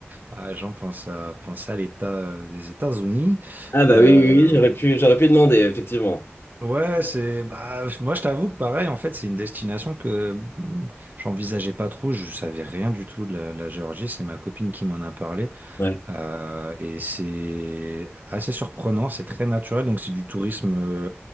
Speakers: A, on the right; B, on the left.
A: ah, les gens pensent à, pensent à l'État euh, des États-Unis.
B: Ah bah
A: Euh,
B: oui oui oui j'aurais pu j'aurais pu demander effectivement.
A: ouais, c'est, bah, moi je t'avoue que pareil, en fait, c'est une destination que hum, j'envisageais pas trop, je savais rien du tout de la, la Géorgie, c'est ma copine qui m'en a parlé.
B: Ouais.
A: Euh, et c'est assez surprenant, c'est très naturel, donc c'est du tourisme euh,